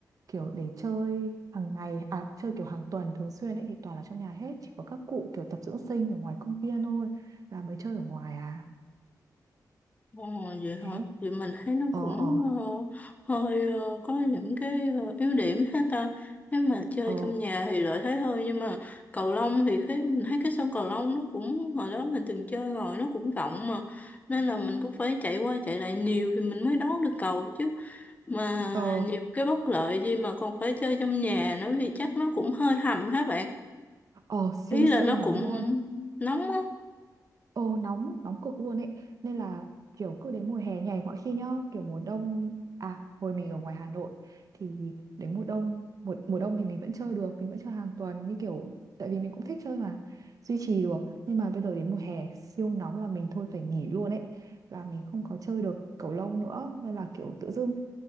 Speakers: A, on the right; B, on the left.
A: kiểu để chơi hàng ngày à chơi kiểu hàng tuần thường xuyên ấy thì toàn là trong nhà hết chỉ có các cụ kiểu tập dưỡng sinh ở ngoài công viên thôi là mới chơi ở ngoài à
B: Ồ, vậy
A: đấy
B: hả? Thì mình thấy nó
A: ờ
B: cũng
A: ờ
B: ờ, hơi ờ, có những cái ờ, yếu điểm hết ta. Nếu mà chơi
A: ờ
B: trong nhà thì lợi thế hơn nhưng mà cầu lông thì cái mình thấy cái sân cầu lông nó cũng hồi đó mình từng chơi rồi nó cũng rộng mà nên là mình cũng phải chạy qua chạy lại nhiều thì mình mới đón được cầu chứ. mà
A: Ờ,
B: nhiều cái bất lợi gì mà còn phải chơi trong nhà nữa thì chắc nó cũng hơi hầm hả bạn
A: ờ siêu
B: ý
A: siêu
B: là nó
A: nóng
B: cũng
A: luôn
B: nóng á
A: Ờ nóng, nóng cực luôn ấy Nên là kiểu cứ đến mùa hè nhảy mọi khi nhá Kiểu mùa đông À hồi mình ở ngoài Hà Nội Thì đến mùa đông Mùa, mùa đông thì mình vẫn chơi được Mình vẫn chơi hàng tuần như kiểu Tại vì mình cũng thích chơi mà Duy trì được Nhưng mà bây giờ đến mùa hè siêu nóng là mình thôi phải nghỉ luôn ấy Là mình không có chơi được cầu lông nữa Nên là kiểu tự dưng